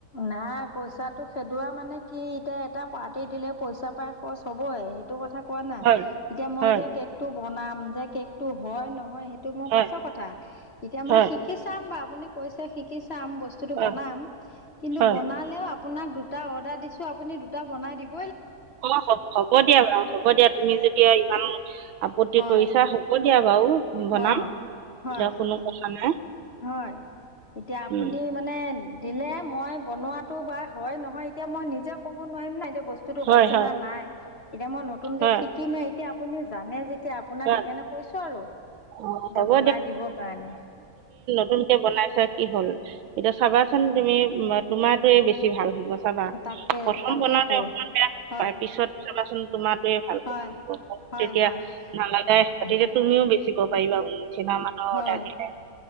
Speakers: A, on the left (about 40°); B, on the right (about 75°).
A: নাই পইচাটো খেদোৱা মানে কি এতিয়া। এটা পাৰ্টি দিলে পইচা পাই খৰচ হবই সেইটো কথা কোৱা নাই
B: হয়
A: এতিয়া মই
B: হয়
A: যে কেকটো বনাম যে কেকটো হয়, নহয়, সেইটো মোৰ
B: হয়
A: পাছৰ কথা এতিয়া মই
B: হয়
A: শিকি চাম বাৰু। আপুনি কৈছে শিকি চাম, বস্তুতটো
B: হয়
A: বনাম কিন্তু
B: হয়
A: বনালেও। আপোনাক দুটা অৰ্ডাৰ দিছো, আপুনি দুটা বন দিব
B: অ হ'ব দিয়া বাৰু হ'ব দিয়া তুমি যদি ইমান আপত্তি
A: হয়
B: কৰিছা। হ'ব দিয়া। বাৰু বনাম।
A: অঁ
B: এতিয়া
A: হয়
B: কোনো কথা নাই।
A: হয়। এতিয়া আপুনি
B: উম,
A: মানে দিলে, মই বনোৱাটো বা হয় নহয় এতিয়া মই নিজে ক'ব নোৱাৰিম না। এতিয়া বস্তুতো
B: হয়
A: হৈছে
B: হয়
A: না নাই। এতিয়া মই নতুনকে
B: হয়
A: শিকিমে এতিয়া আপুনি জানে যে এতিয়া আপোনাক
B: হয়
A: সেইকাৰণে কৈছো আৰু,
B: অ
A: এতিয়া
B: হ'ব
A: বনাই দিবৰ কাৰণে।
B: নতুনকে বনাইছা কি হ'ল এয়া চাবাচোন তুমি তোমাৰ য়ে বেছি ভাল হ'ব। চাবা
A: তাকে
B: প্ৰথম
A: তাকেতো
B: বনাওঁতে অকমান বেয়া হ'ব
A: হয়
B: পায় পিছত চাবাচোন তোমাৰ। হেইটোৱে ভাল
A: হয়
B: হ'ব,
A: হয়
B: তেতিয়া
A: হয়
B: নালাগাই
A: সেইটো
B: তেতিয়া তুমিও বেছিব পাৰিবা। কিমান মান
A: হয়
B: অৰ্ডাৰ দিলে।